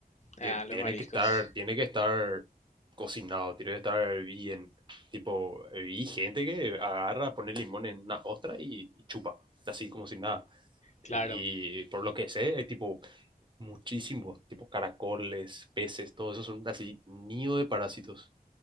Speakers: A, on the right; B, on the left.
A: tie-
B: Ah, los
A: tiene
B: mariscos.
A: que estar, tiene que estar cocinado, tiene que estar bien. Tipo, y gente que agarra, pone limón en una ostra y, y chupa, así como si nada. Y,
B: Claro,
A: y por lo que sé, eh, tipo, muchísimos, tipo caracoles, peces, todo eso son así nido de parásitos.